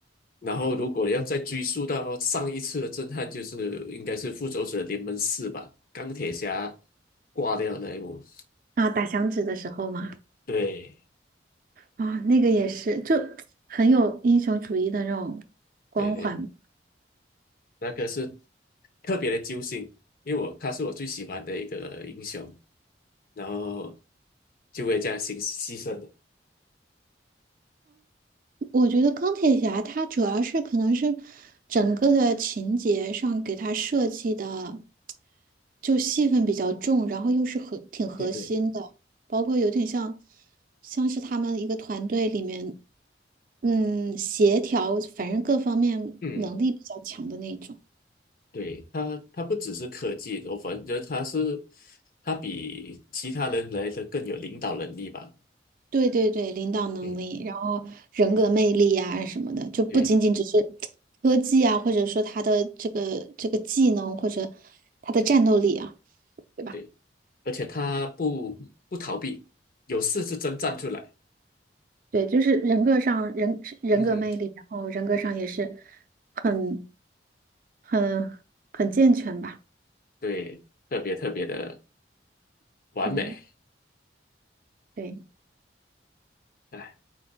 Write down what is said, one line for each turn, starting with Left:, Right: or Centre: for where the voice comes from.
Left: 然后如果要再追溯到上一次的震撼，就是应该是《复仇者联盟四》吧，钢铁侠挂掉那一幕。
Right: 啊！打响指的时候嘛，
Left: 对
Right: 啊，那个也是，就很有英雄主义的那种光环。
Left: 对对那个是特别的揪心，因为我他是我最喜欢的一个英雄，然后就会这样牺牺牲的。
Right: 我觉得钢铁侠他主要是可能是整个的情节上给他设计的，就戏份比较重，然后又是核挺核心的，
Left: 对对，
Right: 包括有点像像是他们一个团队里面，嗯，协调，反正各方面能力比较强的那种。
Left: 嗯，对，他他不只是科技，我反正觉得他是他比其他人来的更有领导能力吧。
Right: 对对对，领导能力，
Left: 嗯，
Right: 然后人格魅力呀、什么的，就不仅仅只是
Left: 对
Right: 科技啊，或者说他的这个这个技能或者他的战斗力啊。对吧？
Left: 对，而且他不不逃避，有事是真站出来。
Right: 对，就是人格上人人格魅力，
Left: 嗯，
Right: 然后人格上也是很很很健全吧。
Left: 对，特别特别的完美。
Right: 嗯，对，
Left: 哎，